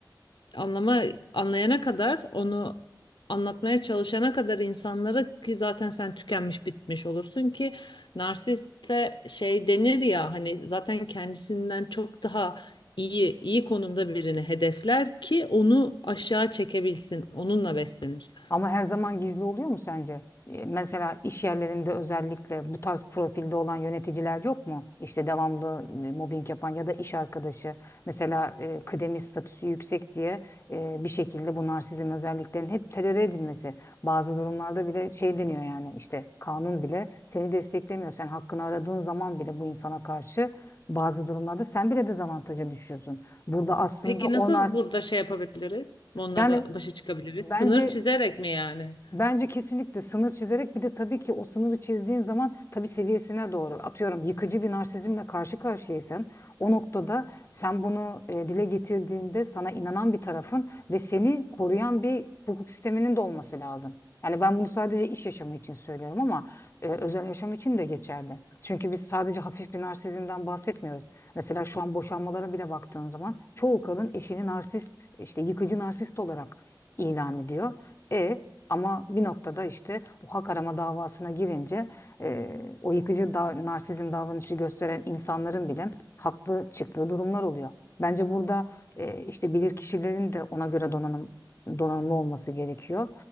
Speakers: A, on the left; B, on the left.
A: anlama anlayana kadar onu anlatmaya çalışana kadar insanlara ki zaten sen tükenmiş bitmiş olursun ki narsiste şey denir ya hani zaten kendisinden çok daha iyi iyi konumda birini hedefler ki onu aşağı çekebilsin onunla beslenir.
B: Ama her zaman gizli oluyor mu sence? E, Mesela iş yerlerinde özellikle bu tarz profilde olan yöneticiler yok mu? İşte devamlı e, mobbing yapan ya da iş arkadaşı. Mesela e, kıdemi statüsü yüksek diye e, bir şekilde bu narsizm özelliklerinin hep teröre edilmesi. Bazı durumlarda bile şey deniyor yani işte kanun bile seni desteklemiyor. Sen hakkını aradığın zaman bile bu insana karşı bazı durumlarda sen bile dezavantaja düşüyorsun. Burada aslında
A: Peki
B: o
A: nasıl
B: nars
A: burada şey yapabiliriz? Onlara
B: yani
A: başa çıkabiliriz.
B: bence
A: Sınır çizerek mi yani?
B: Bence kesinlikle sınır çizerek bir de tabii ki o sınırı çizdiğin zaman tabii seviyesine doğru atıyorum yıkıcı bir narsizmle karşı karşıyaysan o noktada sen bunu e, dile getirdiğinde sana inanan bir tarafın ve seni koruyan bir hukuk sisteminin de olması lazım. Yani ben bunu sadece iş yaşamı için söylüyorum ama e, özel yaşam için de geçerli. Çünkü biz sadece hafif bir narsizmden bahsetmiyoruz. Mesela şu an boşanmalara bile baktığın zaman çoğu kadın eşini narsist işte yıkıcı narsist olarak ilan ediyor. E ama bir noktada işte o hak arama davasına girince e, o yıkıcı da, narsizm davranışı gösteren insanların bile haklı çıktığı durumlar oluyor. Bence burada e, işte bilirkişilerin de ona göre donanım donanımlı olması gerekiyor.